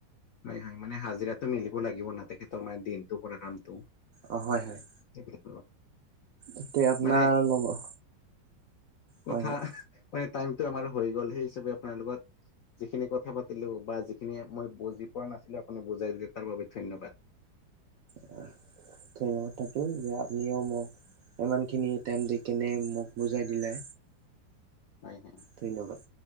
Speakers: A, on the left; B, on the right.
A: হয় হয় মানে হাজিৰাটো মিলিব লাগিব ন তেখেতৰ মানে দিনটো কৰা কামটো।
B: অঁ! হয় হয়
A: কে পিঠিকৰ
B: এতিয়া আপোনাৰ
A: মানে
B: লগৰ
A: কথা
B: হয় হয়
A: মানে টাইমটো আমাৰ হৈ গ'ল সেই হিচাপে আপোনাৰ লগত যিখিনি কথা পাতিলো বা যিখিনি মই বুজি পোৱা নাছিলো আপুনি বুজাই দিলে, তাৰ বাবে ধন্যবাদ।
B: আহ! ধন্যবাত থাকিল যে আপুনিও মোক ইমান খিনি টাইম দি কেনে মোক বুজাই দিলে।
A: হযঁ! হয়ঁ!
B: ধন্যবাদ।